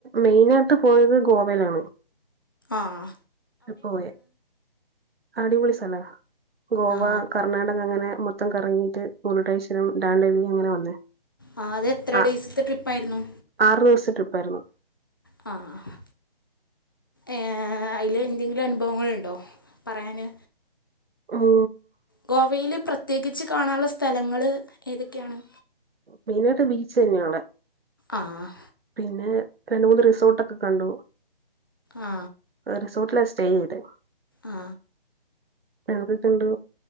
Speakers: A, on the right; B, on the left.
A: മെയിനായിട്ട് പോയത് ഗോവയിലാണ്
B: ആഹ്
A: ട്രിപ്പ് പോയെ അടിപൊളി സ്ഥലാ ഗോവാ
B: ആ
A: കർ കർണാടക അങ്ങനെ മൊത്തം കറങ്ങിയിട്ട് <unintelligible> അങ്ങനെ വന്നേ
B: ആ അത് എത്ര
A: ആഹ്
B: ഡേയ്സത്തെ ട്രിപ്പായിരുന്നു
A: ആറു ദിവസത്തെ ട്രിപ്പായിരുന്നു
B: ആ, അ. ഏ അയില് എന്തെങ്കിലുംഅനുഭവങ്ങളുണ്ടോ പറയാന്
A: ഉം.
B: ഗോവയിലൽ പ്രത്യേകിച്ച് കാണാനുള്ള സ്ഥലങ്ങൾ ഏതൊക്കെയാണ്?
A: മെയിനായിട്ട് ബീച്ചന്ന്യാള്ള.
B: ആ.
A: പിന്നെ രണ്ട് മൂന്ന് റിസോർട്ടൊക്കെ കണ്ടു.
B: ആ
A: റിസോർട്ടില സ്റ്റേ ചെയ്തെ.
B: ആ
A: എന്തൊക്കെ ഉണ്ട്?